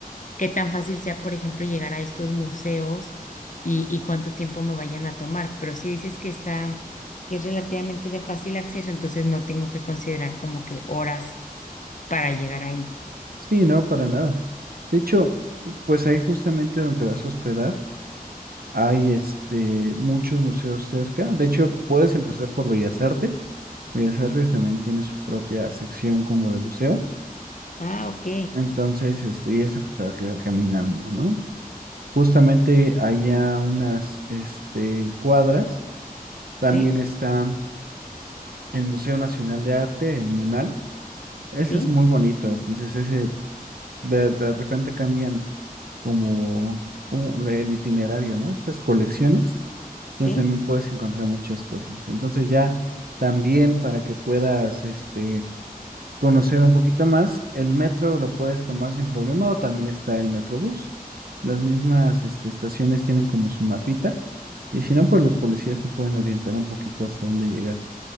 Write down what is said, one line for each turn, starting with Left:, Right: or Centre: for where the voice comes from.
Left: qué tan fácil sea, por ejemplo, llegar a estos museos y, y cuánto tiempo me vayan a tomar. Pero si dices que está, que es relativamente de fácil acceso, entonces no tengo que considerar como que horas para llegar ahí.
Right: Sí, no, para nada. De hecho, pues ahí justamente donde vas a hospedar, hay este, muchos museos cerca. De hecho, puedes empezar por Bellas Artes. Bellas Artes también tiene su propia sección como de museo.
Left: Ah, ok.
Right: Entonces, este, y eso pues te va a quedar caminando, ¿no? Justamente allá unas este, cuadras, también
Left: Sí,
Right: está el Museo Nacional de Arte, el MUNAL. Ese
Left: sí,
Right: es muy bonito. Entonces, ese de, de repente cambian. como, como el itinerario, ¿no? Estas colecciones,
Left: sí.
Right: entonces también puedes encontrar muchas cosas. Entonces ya también para que puedas este, conocer un poquito más, el metro lo puedes tomar sin problema o también está el Metrobús. Las mismas este, estaciones tienen como su mapita y si no, pues los policías te pueden orientar un poquito hasta dónde llegar.